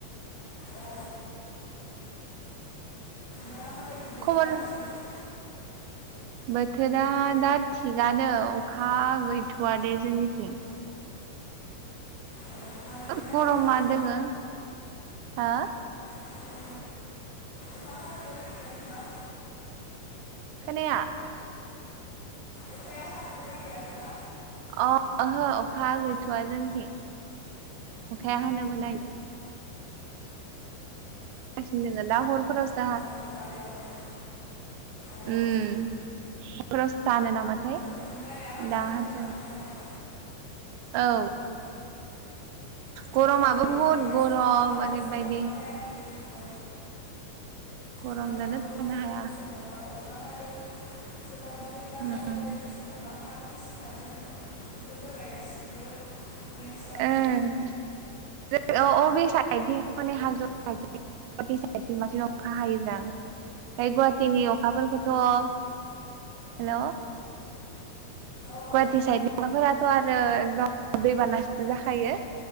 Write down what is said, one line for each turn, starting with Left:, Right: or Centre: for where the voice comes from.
Left: अ दा माबायदि बोथोरा
Right: खबर
Left: नोंसोनिथिं
Right: बोथोरा दा थिगानो अखा गैथ'वा दे जोंनिथिं।
Left: अ हानोबो
Right: <unintelligible>
Left: नागिराखैबा
Right: गरमा दङो, हो?
Left: अ अखा हानोबो नागिराखैबा।
Right: खोनाया।
Left: अखाया हानोबो नागि राखै बा?
Right: अ ओहो अखा गैथ'वा जोंनिथिं, अखाया हानोबो नाय गासिनो दोङो दा हरफोरावसो हा
Left: <unintelligible> अ
Right: ओम <unintelligible> होनो नामाथाय?
Left: बिनि माया मा
Right: दा
Left: बुंनो
Right: हाथ'वाखै
Left: हानो आरोना?
Right: औ। गरमाबो
Left: जायगा लायै
Right: बहुद
Left: जायगा
Right: गरम
Left: सोरनावबा हादों
Right: ओरैबायदि।
Left: सोरनावबा हायाखै औ
Right: गरमजोंनो
Left: सोरनावबा गरम
Right: थानो
Left: जादों
Right: हाया
Left: सोरनावबा अ खा हादों, सोरनावबा दैबाना
Right: उम
Left: जादों, सोरनावबा हा गिसिखादों बेफोर जाबाय गासिबो नेचारेल
Right: ओं <unintelligible> गुवाटि साइदथिं बांसिन अखा हायो जां, ओमफ्राय गुवाहाटिनि अखाफोरखौथ' हेलव?
Left: औ
Right: गुहाटि
Left: औ
Right: साइडनि अखाफोराथ' आरो एकदम दैबानासो जाखायो।